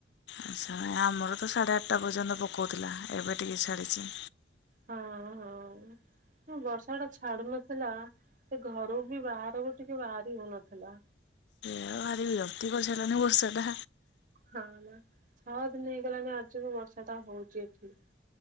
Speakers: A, on the left; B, on the right.
A: ଆଚ୍ଛା ଆମର ତ ସାଢ଼େ ଆଠଟା ପର୍ଯ୍ୟନ୍ତ ପକଉଥିଲା ଏବେ ଟିକିଏ ଛାଡ଼ିଛି।
B: ହଁ ହଁ। ବର୍ଷା ଟା ଛାଡୁ ନଥିଲା ଟି ଘରୁ ବି ବାହାରକୁ ଟିକେ ବାହାରି ହଉନଥିଲା।
A: ଏ ଭାରି ବିରକ୍ତି କରିସାରିଲାଣି ବର୍ଷ ଟା।
B: ହଁ ନା ଛଅ ଦିନ ହେଇଗଲାଣି ଆଜିକୁ ବର୍ଷା ଟା ହଉଛି ଏଠି।